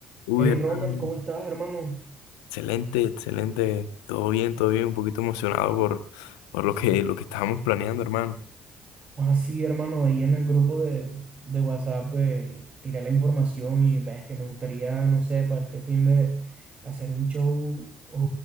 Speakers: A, on the left; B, on the right.
A: Uy,
B: Hey
A: hermano,
B: Ronald, ¿cómo estás, hermano?
A: excelente, excelente. Todo bien, todo bien. Un poquito emocionado por, por lo que, lo que estábamos planeando, hermano.
B: Pues así, hermano, ahí en el grupo de, de WhatsApp eh, tiré la información y bestia, me gustaría, no sé, para este fin de hacer un show o